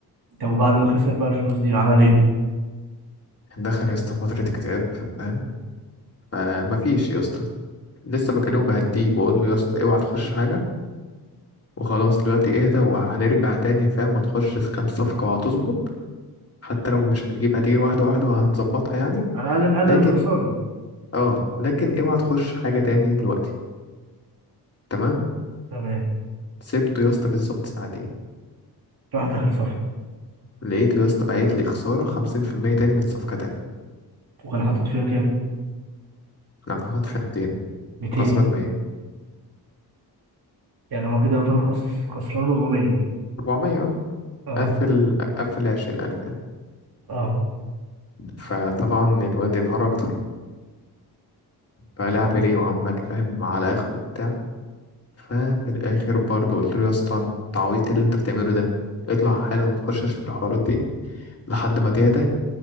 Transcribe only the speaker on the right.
طب وبعد ما خسر بقى الفلوس دي عمل ايه؟
على الاقل نقلل
الخسارة
تمام
راح داخل صفقة
وكان حاطط فيها كام؟
200
يعني هو كده يعتبر خس... خسران 400
اه
اه
تمام